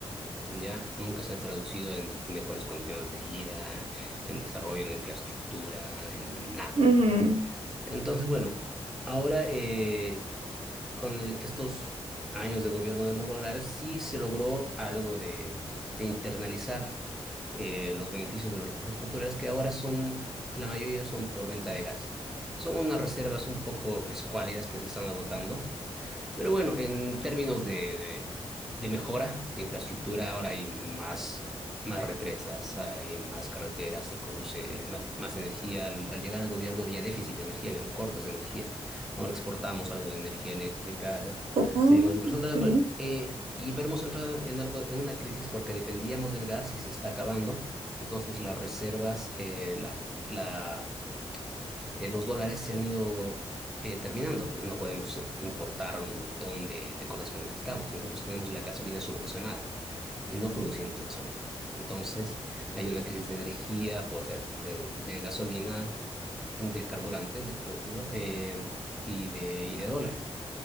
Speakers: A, in the centre; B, on the right (about 70°).
A: Ya nunca se ha traducido en mejores condiciones de vida, en desarrollo, en infraestructura, en nada.
B: ujú.
A: Entonces, bueno, ahora eh, con el- estos años de gobierno de Moro Morales sí se logró algo de, de internalizar eh, los beneficios de los recursos naturales que ahora son, la mayoría son por venta de gas. Son unas reservas un poco escuálidas que se están agotando pero bueno, en términos de, de, de mejora de infraestructura, ahora hay más, más represas, hay más carreteras, se produce ma- más, energía. Al, al llegar al gobierno había déficit de energía, habían cortes de energía. Ahora exportamos algo de energía eléctrica,
B: Oh,
A: seguimos exportándolas.
B: Ok,
A: Bueno, eh, y pero hemos entrado en algo, en una crisis porque dependíamos del gas y se está acabando. Entonces las reservas, eh, la, la eh, los dólares se han ido eh, terminando, pues no podemos eh, importar un montón de, de cosas que necesitamos. Nosotros tenemos la gasolina subvencionada y no producimos gasolina. Entonces, hay una crisis de energía, por, o sea, de, de gasolina, de carburantes, de- por decirlo, eh, y de, y de dólares.